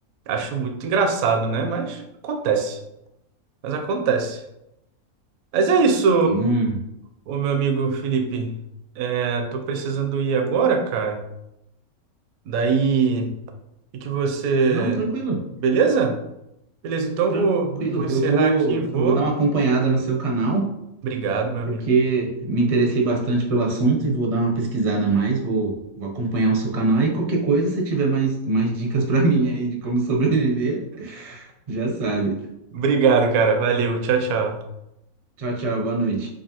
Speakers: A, on the right; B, on the right.
A: Acho muito engraçado, né? Mas acontece. Mas acontece. Mas é isso,
B: Eu não.
A: o meu amigo Felipe. É, tô precisando ir agora, cara. Daí e que você.
B: Não, tranquilo.
A: Beleza? Beleza, então
B: Tranquilo.
A: vou, vou encerrar
B: Eu vou,
A: aqui, vou.
B: eu vou dar uma acompanhada no seu canal,
A: Obrigado, meu
B: porque
A: amigo.
B: me interessei bastante pelo assunto e vou dar uma pesquisada a mais. Vou, vou acompanhar o seu canal e qualquer coisa, se tiver mais, mais dicas pra <laughs> mim aí de como sobreviver, já sabe.
A: Obrigado, cara. Valeu. Tchau, tchau.
B: Tchau, tchau. Boa noite.